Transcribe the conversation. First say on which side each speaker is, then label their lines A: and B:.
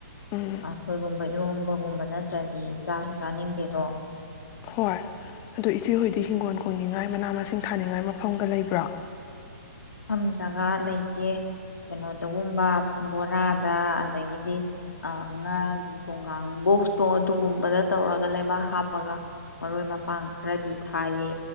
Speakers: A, on the left (about 25°); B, on the left (about 75°).
A: ꯎꯝ
B: ꯑꯈꯣꯏꯒꯨꯝ ꯏꯔꯣꯝꯕꯒꯨꯝꯕ ꯅꯠꯇ꯭ꯔꯗꯤ ꯆꯥꯁꯨ ꯆꯥꯅꯤꯡꯗꯦꯗꯣ
A: ꯍꯣꯏ ꯑꯗꯨ ꯏꯆꯦꯍꯣꯏꯗꯤ ꯍꯤꯡꯒꯣꯜ ꯀꯣꯏꯅꯤꯡꯉꯥꯏ ꯃꯅꯥ ꯃꯁꯤꯡ ꯊꯥꯅꯤꯡꯉꯥꯏ ꯃꯐꯝꯒ ꯂꯩꯕ꯭ꯔꯣ
B: ꯃꯐꯝ ꯖꯒꯥ ꯂꯩꯇꯦ ꯀꯩꯅꯣꯗꯒꯨꯝꯕ ꯕꯣꯔꯥꯗ ꯑꯗꯒꯤꯗꯤ ꯉꯥꯒꯤ ꯊꯣꯡꯒꯥꯡ ꯕꯣꯛꯁꯇꯣ ꯑꯗꯨꯒꯨꯝꯕꯗ ꯇꯧꯔꯒ ꯂꯩꯕꯥꯛ ꯍꯥꯞꯄꯒ ꯃꯔꯣꯏ ꯃꯄꯥꯡ ꯈꯔꯗꯤ ꯊꯥꯏꯌꯦ